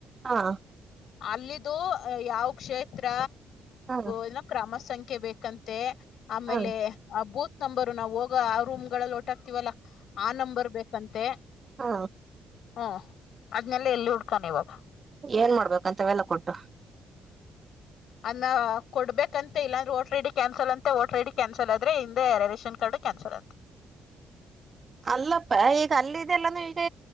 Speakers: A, on the right (about 35°); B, on the left (about 70°).
A: ಹಾ
B: ಅಲ್ಲಿದ್ದು ಯಾವ ಕ್ಷೇತ್ರ
A: ಹಾ
B: ಏನ ಕ್ರಮ ಸಂಖ್ಯೆ ಬೇಕಂತೆ ಆಮೇಲೆ
A: ಹಾ
B: ಆ ಬೂತ್ ನಂಬರು ನಾವು ಹೋಗ ಆ ರೂಮ್ ಗಳಗಳಲ್ಲಿ ವೋಟ್ ಆಗ್ತಿವಲ್ಲಾ ಆ ನಂಬರ್ ಬೇಕಂತೆ
A: ಹಾ
B: ಹ್ಮ್ ಅದ್ನೆೆಲ್ಲ ಎಲ್ಲಿ ಹುಡ್ಕಾನ ಇವಾಗ
A: ಏನ್ ಮಾಡ್ಬೇಕಂತ ಎಲ್ಲ ಕೊಟ್ಟು <unintelligible>
B: ಅನ್ನ ಕೊಡ್ಬೇಕಂತ ಇಲ್ಲಾಂದ್ರೆ ಓಟ್ರ ಡಿ ಕ್ಯಾನ್ಸಲ್ ಅಂತೆ ವಓಟ ರ ಡಿ ಕ್ಯಾನ್ಸಲ್ ಆದ್ರೆ ಹಿಂದೆ ರೇಷನ್ ಕಾರ್ಡ್. ಕ್ಯಾನ್ಸರ್ ಆ.
A: <inaudible> ಅಲ್ಲಪ್ಪ ಈಗ ಅಲ್ಲಿದೆಲ್ಲಾನ ಈ